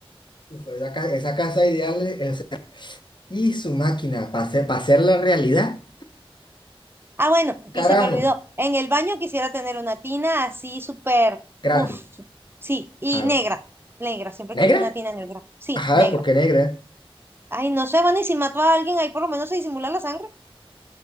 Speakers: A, on the left (about 50°); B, on the right (about 25°).
A: Uf, esa, ca- esa casa ideal es- y su máquina para hacer, para hacer la realidad,
B: Ah, bueno,
A: carajo,
B: y se me olvidó, en el baño quisiera tener una tina así súper,
A: grande.
B: uff, sí, y
A: Ajá,
B: negra, negra, siempre
A: ¿Negra?
B: he querido una tina negra, sí,
A: Ajá,
B: negra.
A: ¿por qué negra?
B: Ay, no sé, bueno, y si mato a alguien, ahí por lo menos se disimula la sangre.